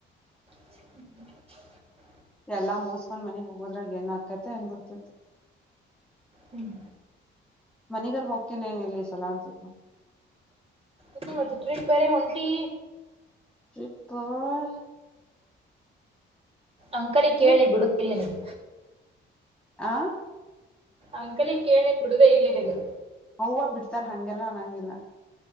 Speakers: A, on the right; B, in the centre.
A: ಹ್ಮ್
B: ಎಲ್ಲಾ ಮುಗಸ್ಕೊಂಡ್ ಮನಗ್ ಹೋಗೋದ್ರಾಗ ಏನ್ ಆಕತೈತೆ ಅನ್ಬಿಡ್ತೈತಿ
A: ಹ್ಮ್
B: ಮನಗರ್ ಹೋಗ್ತೇನೇನ್ ಇಲ್ಲಿ ಸಲಾ ಅನ್ಸತ
A: ಹ್ಮ ಮತ್ತೆ ಟ್ರಿಪ್ ಬೇರೆ ಹೊಂಟಿ
B: ಶಕ್ಕಾ <inaudible>
A: ಅಂಕಲಿ
B: ಟ್ರಿಪ್
A: ಕೇಳಿ ಬಿಡುದಿಲ್ಲದು
B: ಆ
A: ಅಂಕಲಿ ಕೇಳಿ ಬಿಡುದ ಇಲ್ಲ ನಿಂಗೆ
B: ಹ್ವ ಬಿಡ್ತಾರ ಹಗೆಲ್ಲ ನಂಗೆಲ್ಲ